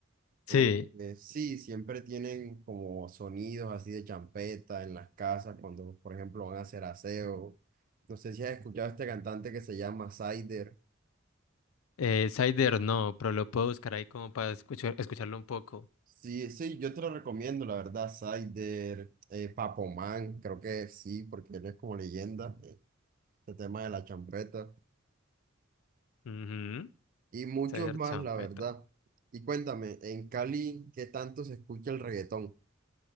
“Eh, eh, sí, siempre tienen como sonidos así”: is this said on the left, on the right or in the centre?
Right